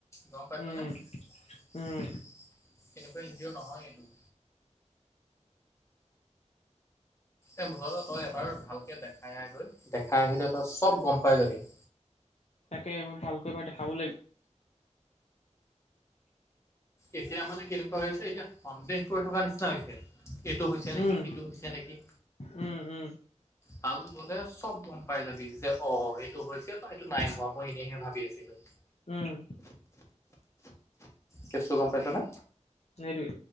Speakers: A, on the left (about 25°); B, on the left (about 60°).
A: গম পাইছনে
B: উম
A: তেনেকুৱা
B: উম
A: ইঞ্জিঅৰ নহয় এইটো। এ মুঠতে তই এবাৰ ভালকে দেখাই আহগৈ দেখাই আহিলে তই চব গম পাই যাবি। <inaudible>
B: তাকে মই ভালকৈ এবাৰ দেখাব লাগিব।
A: এতিয়া মানে কেনেকুৱা হৈ আছে এতিয়া সন্দেহ কৰি থকা নিচিনা হৈছে। এইটো হৈছে নেকি
B: উম
A: সিটো হৈছে নেকি
B: উম উম
A: তালৈ গলেচ চব গম পাই যাবি যে অ, এইটো হৈছে বা এইটো নাই হোৱা মই এনেইহে ভাবি আছিলোঁ।
B: উম,
A: কেচটো গম পাইছনে?
B: ত'সেইটোৱে।